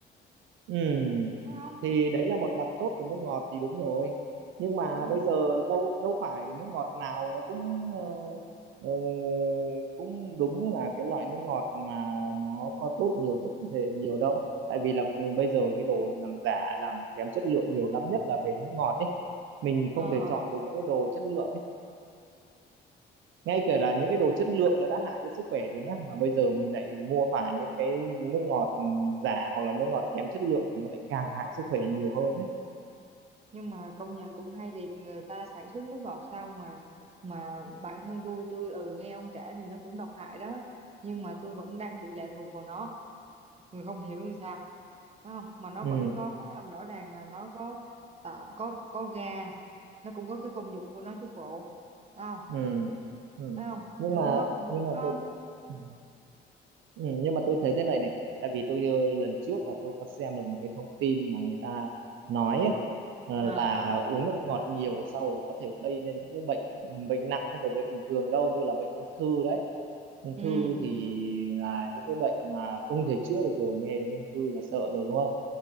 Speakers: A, on the right; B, on the right.
A: Ừ,
B: đúng không
A: thì đấy là một mặt tốt của nước ngọt thì đúng rồi. Nhưng mà
B: ừ.
A: bây giờ đâu đâu phải nước ngọt nào nó cũng ờ, ờ, cũng đúng là cái loại nước ngọt mà nó có tốt nhiều cho cơ thể nhiều đâu. Tại vì là cùng- bây giờ cái đồ làm giả làm kém chất lượng nhiều lắm nhất là về nước ngọt ấy. Mình
B: ờ
A: không thể chọn được những cái đồ chất lượng ấy ngay cả là những cái đồ chất lượng nó đã hại cho sức khỏe rồi nhá mà bây giờ mình lại mua phải những cái nước ngọt ừ, giả hoặc là nước ngọt kém chất lượng thì nó lại càng hại sức khỏe nhiều hơn đấy
B: nhưng mà công nhận cũng hay thiệt người ta sản xuất nước ngọt sao mà mà bản thân tôi tôi ừ nghe ông kể thì nó cũng độc hại đó nhưng mà tôi vẫn đang bị lệ thuộc vào nó người không hiểu làm sao phải không mà nó
A: ừ
B: vẫn có thấy không rõ ràng là nó có tạo có có ga nó cũng có cái công dụng của nó chứ bộ phải không
A: ừ ừ
B: phải không
A: nhưng mà
B: nó
A: nhưng mà
B: nó
A: tôi ừ. Ừ, nhưng mà tôi thấy thế này này tại vì tôi ờ, lần trước là tôi có xem được một cái thông tin mà người ta nói ấy, ờ,
B: à,
A: là uống nước ngọt nhiều sau rồi có thể gây nên những cái bệnh bệnh nặng không phải bệnh bình thường đâu như là bệnh ung thư đấy ung
B: ừ
A: thư thì là những cái bệnh mà không thể chữa được rồi nghe đến ung thư là sợ rồi đúng không